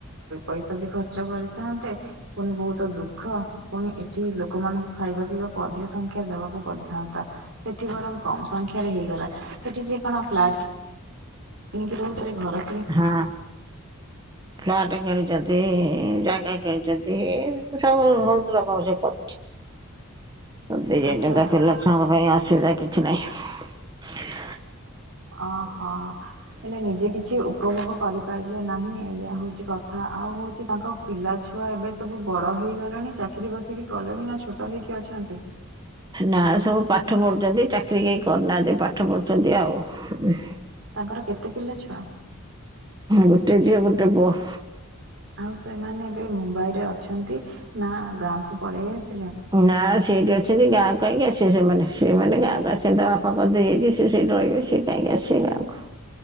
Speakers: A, on the right; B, on the right.
A: ପଇସା ବି ଖର୍ଚ୍ଚ କରିଥାନ୍ତେ ପୁଣି ବହୁତ ତ ଦୁଃଖ ପୁଣି ଏଠି ଲୋକମାନଙ୍କୁ ଖାଇବା ପିଇବାକୁ ଅଧିକ ସଂଖ୍ୟାରେ ଦବାକୁ ପଡିଥାନ୍ତା। ସେ ଠି ବରଂ କମ ସଂଖ୍ୟାରେ ହେଇଗଲା। ସେଠି ସେ କଣ ଫ୍ଲାଟ୍ କି କିଣିକି ରହୁଥରେ ଘରେ।
B: ହଁ ଫ୍ଲଟ୍ କିଣି ଚନ୍ତି ଜାଗା କିଣିଛନ୍ତି ସବୁ ବହୁତ ରକମ ସେ କର କରିଦେଇଯାଇଥାନ୍ତା
A: ଆଚ୍ଛା
B: ପିଲା ଛୁଆଙ୍କ ପାଇଁ ଅସୁବିଧା କି କିଛି ନାହିଁ।
A: ଅହ ତାହେଲେ ନିଜେ କିଛି ଉପଭୋଗ କରିପାରିଲେ ନାହିଁ ଏଇଆ ହଉଛି କଥା ଆଉ ହଉଛି ତାଙ୍କ ପିଲା ଛୁଆ ଏବେ ସବୁ ବଡ଼ ହେ ହେଇଗଲେଣି ଚାକିରି ବାକିରି କଲେଣି ନା ଛୋଟ ହେଇକି ଅଛନ୍ତି?
B: ନା ସବୁ ପାଠ ପଢୁଛନ୍ତି ଚାକିରୀ କେହି କରିନାହାନ୍ତି। ପାଠ ପଢୁଛନ୍ତି ଆଉ।
A: ତାଙ୍କର କେତେ ପିଲା ଛୁଆ?
B: ଗୋଟେ ଝିଅ ଗୋଟେ ପୁଅ।
A: ଆଉ ସେମାନେ ଏବେ ମୁମ୍ବାଇ ରେ ଅଛନ୍ତି ନା ଗାଁକୁ ପଳେଇଆସି
B: ନା ଶ୍ ସେଇଠି ଅଛନ୍ତି ଗାଁକୁ କାହିଁକି ଆସିବେ ସେମାନେ। ସେମାନେ ଗାଁକୁ ଆସିବେନି ତା ବାପା କରିଦେଇ ଯାଇଛି ସେ ସେଇଠି ରହିବେ। ସେ କାହିଁକି ଆସିବେ ଗାଁ କୁ